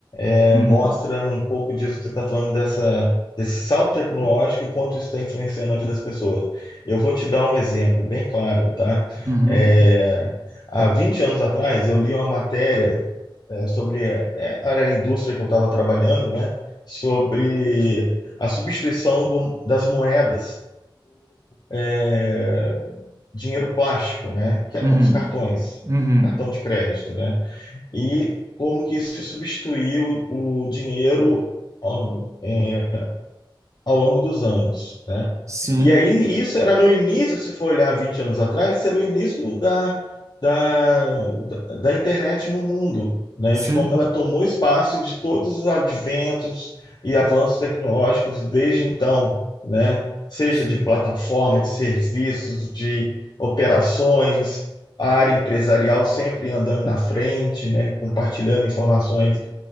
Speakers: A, on the left; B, on the right.
A: É,
B: Uhum,
A: mostra um pouco disso que você está falando, dessa, desse salto tecnológico e quanto isso está influenciando a vida das pessoas. Eu vou te dar um exemplo bem claro, tá?
B: uhum,
A: É, há 20 anos atrás, eu li uma matéria é, sobre, é, era a indústria que eu estava trabalhando, né? Sobre a substituição do, das moedas, é, dinheiro plástico, né? Que eram
B: uhum,
A: os cartões,
B: uhum.
A: cartão de crédito, né? e como que isso substituiu o dinheiro, ó, é, ao longo dos anos, né?
B: Sim,
A: E aí isso era no início, se for olhar 20 anos atrás, isso era o início da, da, da, da internet no mundo, né?
B: sim,
A: De como ela tomou espaço e de todos os adventos e avanços tecnológicos desde então, né? Seja
B: sim.
A: de plataforma, de serviços, de operações, a área empresarial sempre andando na frente, né? Compartilhando informações.